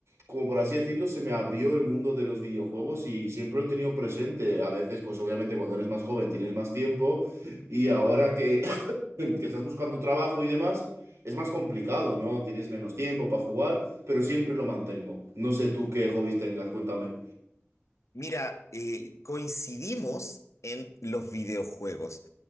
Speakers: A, on the right; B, on the left.
A: como por así decirlo, se me abrió el mundo de los videojuegos y siempre lo he tenido presente. A veces, pues obviamente cuando eres más joven tienes más tiempo y ahora que, <clears throat> que estás buscando trabajo y demás, es más complicado, ¿no? Tienes menos tiempo para jugar, pero siempre lo mantengo. No sé tú qué hobbies tengas, cuéntame.
B: Mira, eh, coincidimos en los videojuegos.